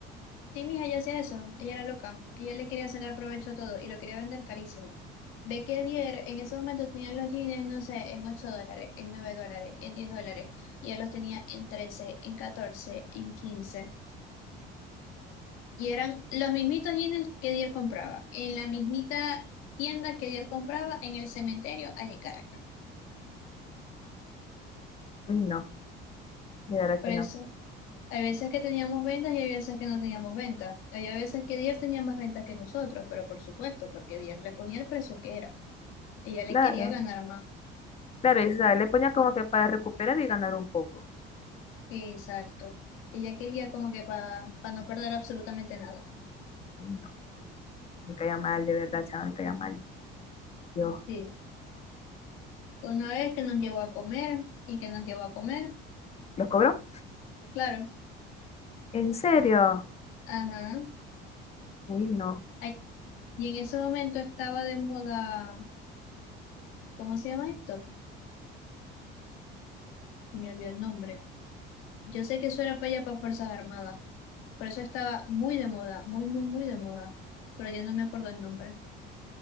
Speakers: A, on the left (about 80°); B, on the left (about 30°).
A: Sí, mija, ella hacía eso. Ella era loca. Ella le quería sacar provecho a todo y lo quería vender carísimo. Ve que Dier en ese momento tenían los jeans, no sé, en 8 dólares, en 9 dólares, en 10 dólares. Y ella los tenía en 13, en 14, en quince Y eran los mismitos jeans que Dier compraba, en la mismita tienda que Dier compraba en el cementerio allá en Caracas.
B: Uy, no, de verdad
A: Por
B: que
A: eso,
B: no.
A: hay veces que teníamos ventas y hay veces que no teníamos ventas. Había veces que Dier tenía más ventas que nosotros, pero por supuesto, porque Dier le ponía el precio que era. Ella le
B: Claro.
A: quería ganar más.
B: Claro, y, o sea, le ponía como que para recuperar y ganar un poco.
A: Exacto. Ella quería como que para no perder absolutamente nada.
B: Uy, no, me caía mal, de verdad, chaval, me caía mal. Dios,
A: Sí. Una vez que nos llevó a comer y que nos llevó a comer,
B: ¿los cobró?
A: claro.
B: ¿En serio?
A: Ajá.
B: Uy, no.
A: Ay, y en ese momento estaba de moda ¿Cómo se llama esto? Se Me olvidó el nombre. Yo sé que eso era para allá para Fuerzas Armadas, por eso estaba muy de moda, muy, muy, muy de moda, pero yo no me acuerdo el nombre.